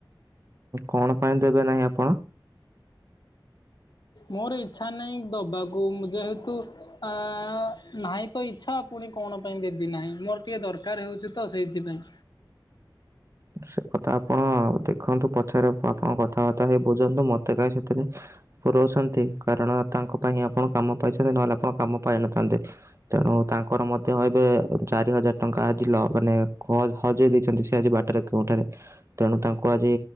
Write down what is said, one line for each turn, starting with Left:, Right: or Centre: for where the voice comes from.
Right: କଣ ପାଇଁ ଦେବେ ନାହିଁ ଆପଣ?
Left: ମୋର ଇଚଛା ନାହିଁ ଦବାକୁ ଯେହେତୁ ଆ ନାହିଁ ତ ଇଚ୍ଛା ପୁଣି କଣ ପାଇଁ ଦେବି ନାହିଁ ମୋର ଟିକେ ଦରକାର ହେଉଛି ତ ସେଇଥିପାଇଁ।
Right: ସେ କଥା ଆପଣ ଦେଖନ୍ତୁ ପଛରେ ଆପଣ କଥାବାର୍ତ୍ତା ହେଇ ବୁଝନ୍ତୁ ମତେ କାହିଁ ସେଥିରେ ପୁରଉସନ୍ତି କାରଣ ତାଙ୍କ ପାଇଁ ହିଁ ଆପଣ କାମ ପାଇଛନ୍ତି ନହେଲେ ଆପଣ କାମ ପାଇନଥାନ୍ତେ। ତେଣୁ ତାଙ୍କର ମଧ୍ୟ ଏବେ ଚାରି ହଜାର ଟଙ୍କା ଆଜିିଲ ମାନେ ହଜେଇ ଦେଇଛନ୍ତି ସେ ଆଜି ବାଟ କେଉଁଠାରେ କେଉଁଠାରେ ତେଣୁ ତାଙ୍କୁ ଆଜି